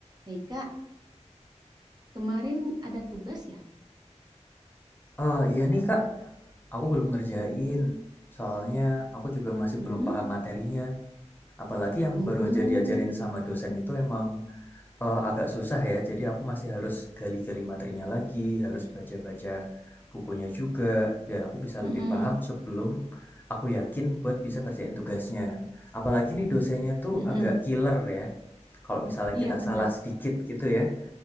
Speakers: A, on the right (about 35°); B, on the left (about 15°).
A: Hei Kak, kemarin ada tugas ya?
B: Eh, iya nih Kak, aku belum ngerjain. Soalnya aku juga masih
A: Mm-mm.
B: belum paham materinya. Apalagi yang
A: uh
B: baru aja diajarin sama dosen itu emang eh, agak susah ya. Jadi aku masih harus gali-gali materinya lagi, harus baca-baca bukunya juga, biar aku bisa lebih
A: mm-mm,
B: paham sebelum aku yakin buat bisa ngerjain tugasnya. Apalagi nih dosennya tuh
A: mm-mm.
B: agak killer ya. Kalau misalnya
A: Iya
B: kita
A: bener,
B: salah sedikit gitu ya,